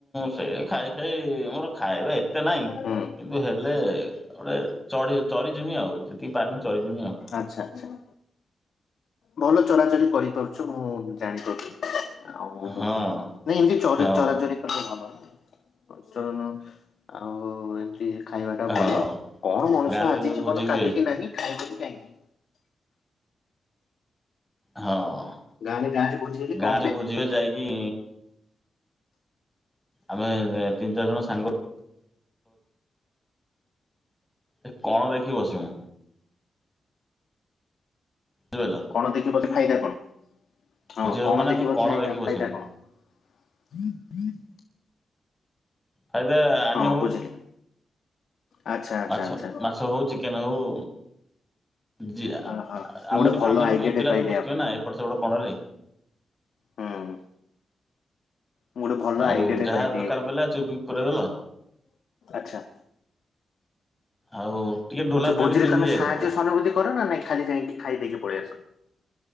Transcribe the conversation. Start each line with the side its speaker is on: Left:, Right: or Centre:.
Centre: ସେ ଖାଇ ଖାଇ ମୋର ଖାଇବା ଏତେ ନାଇଁ କିନ୍ତୁ
Left: ହୁଁ
Centre: ହେଲେ ଗୋଟେ ଚଢି ଚରି ଯିମି ଆଉ ଯେତିକି ପାରିବି ଚରିଯିମି ଆଉ।
Left: ଆଚ୍ଛା ଆଚ୍ଛା ଭଲ ଚରାଚରି କରିପାରୁଛ ମୁଁ ଜାଣି ପାରୁଛି। ଆଉ
Centre: ହଁ
Left: ନାଇଁ ଏମିତି ଚରେ
Centre: ହଁ
Left: ଚରାଚରି। ଭଲ <inaudible> ଆଉ ଏମତି ଖାଇବା ଟା ଭଲ
Centre: ହଁ
Left: କଣ ମଣିଷ
Centre: ଗାଁରେ
Left: ଆଜି
Centre: ଯୋଉ
Left: ଜୀବନ
Centre: ଭୋଜି ହୁଏ
Left: କାଲିିକି ନାହିଁ ଖାଇବନି କାହିଁକି।
Centre: ହଁ
Left: ଗାଁରେ ଗାଁରେ ଭୋଜି ହେଲେ
Centre: ଗାଁରେ
Left: କଣ ହୁଏ
Centre: ବୁଝିବ ଯାଇକି। ଆମେ ତିନି ଚାରି ଜଣ ସାଙ୍ଗ ଏ କଣ ଦେଖି ବସିିମୁ ବୁଝିଲ
Left: କଣ ଦେଖିବ ବସି ଫାଇଦା କଣ
Centre: ଭୋଜି
Left: ହଁ
Centre: ହବ
Left: କଣ
Centre: ମାନେ ଆମେ
Left: ଦେଖିବସିବା
Centre: ଦେଖିକି ବସିମୁ
Left: ଫାଇଦା କଣ? <unintelligible>
Centre: ଫାଇଦା ଆଣିହବ।
Left: ହଁ ବୁଝିଲି ଆଚ୍ଛା ଆଚ୍ଛା
Centre: ମାଛ
Left: ଆଚ୍ଛା
Centre: ମାଛ ହଉ ଚିକେନ ହଉ। ଜୀ, ଆ
Left: ଅହୋ ମୁଁ
Centre: ଆମରି
Left: ଗୋଟେ ଭଲ
Centre: ଆମରି
Left: ଆଇଡିଆଟେ
Centre: ପି ପିଲା
Left: ପାଇଲି
Centre: ସବୁ ବସିଥିବେ
Left: ଆ
Centre: ନା ଏପଟ ସେପଟ କଣରେ।
Left: ହୁଁ। ମୁଁ ଗୋଟେ ଭଲ
Centre: ଆଉ
Left: ଆଇଡିଆଟେ
Centre: ଯାହା
Left: ପାଇଲି,
Centre: ଦରକାର ପଇଲା ଚୁପିକି ପୁରେଇଦେଲ
Left: ଆଛା।
Centre: ଆଉ ଟିକେ ଢୋଲା
Left: ଆଚ୍ଛା
Centre: ପ୍ୟାଣ୍ଟ
Left: ଭୋଜିରେ
Centre: ପିନ୍ଧି
Left: ତମେ
Centre: ଯାଇଥିବ।
Left: ସାହାଯ୍ୟ ସହାନୁଭୂତି କର ନା ନାଇଁ ଖାଲି ଯାଇକି ଖାଇ ଦେଇକି ପଳେଇଆସ।